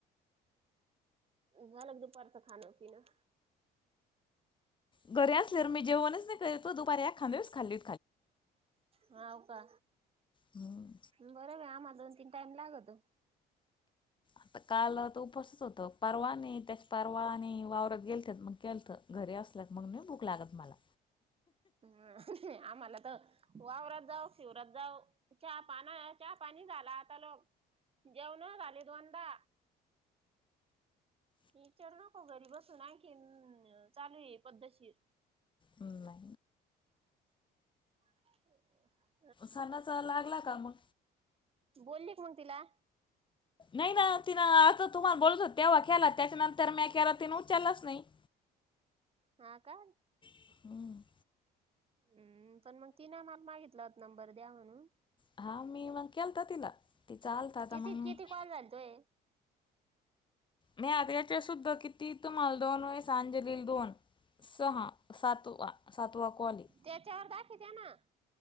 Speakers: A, on the right; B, on the left.
A: झाला ग दुपार च खाान पिन?
B: घरी असल्यावर मी जेवणच नाही करिती एक खांद्या वेळेस खाल्ली
A: हा व का
B: हम्म.
A: बर आम्हाला दोन, तीन टाईम लागतो.
B: आता काल उपासच होत परवा नाही त्याच परवा आणि वावरात गेल मग केल तर घरी घरी आल्यावर भूक नाही लागत मला.
A: ह्म आम्हाला तर वावरात जाऊ शिवरात जाऊ चहा, पाना चहा, पाणी झाला आता लोक जेवण झाले दोनदा विचारू नको घरी बसून आणखीन चालू आहे पद्धशीर.
B: नाही ना.
A: <inaudible>
B: सणाचा लागला का मग.
A: बोलली का मग तीला?
B: नाही ना तिन आता तुम्हाला बोलत हो तेव्हा केला त्याच्या नंतर म्या केला तर तिने उचललाच नाही‌. <inaudible>
A: हा का.
B: हम्म <inaudible>
A: हम्म पण मग ति ना मला मागितलं होत नंबर द्या म्हणून.
B: हा मी मग केलता तिला. ती चालत आता
A: कितीे
B: मग
A: किती कॉल झालते.
B: मी आद्रच्या सुद्धा किती तुम्हाला दोनवेळेस अंजलीला दोन. सहा सातवा. सातवा कॉल आहे
A: त्याच्यावर दाखवित्या ना